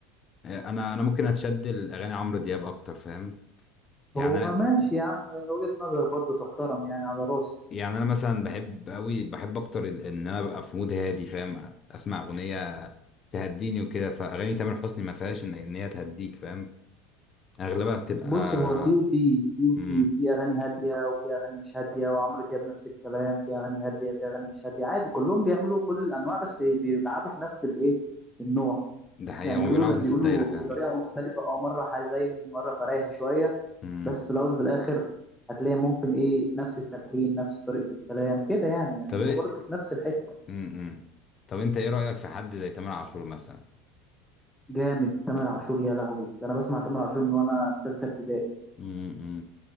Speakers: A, on the left; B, in the centre.
A: آه، انا انا ممكن اتشد الاغاني عمرو دياب اكتر فاهم يعني
B: هو
A: انا
B: ماشي يا عم وجهه نظر برضه تحترم يعني على راسي
A: يعني انا مثلا بحب قوي بحب اكتر ان إن انا ابقى في مود هادي فاهم اسمع اغنيه تهديني وكده فاغاني تامر حسني ما فيهاش ان إن هي تهديك فاهم اغلبها بتبقى
B: بص هو في وفي في وفي
A: امم
B: في اغاني هاديه وفي اغاني مش هاديه وعمرو دياب نفس الكلام في اغاني هاديه في اغاني مش هاديه عادي كلهم بيعملوا كل الانواع بس بيلعبوا في نفس الايه النوع
A: ده حقيقه
B: يعني بيقولوا
A: هم بيلعبوا في
B: بيقولوا
A: نفس الدايره فعلا
B: بطريقه مختلفه اه مره حزيني مره فريحي شويه
A: امم
B: بس في الاول وفي الاخر هتلاقي ممكن ايه نفس التلحين نفس طريقه الكلام كده يعني يعني
A: طب
B: هم برضه
A: إيه-
B: في نفس الحته
A: امم طب انت ايه رأيك في حد زي تامر عاشور مثلا
B: جامد تامر عاشور يا لهوي ده انا بسمع تامر عاشور من وانا في ثالثه ابتدائي
A: امم